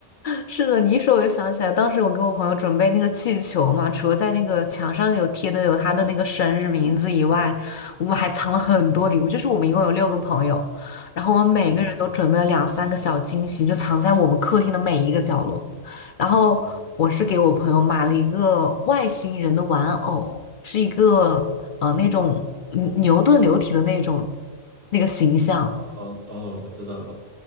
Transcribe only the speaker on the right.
嗯
嗯，
哦哦，我知道了。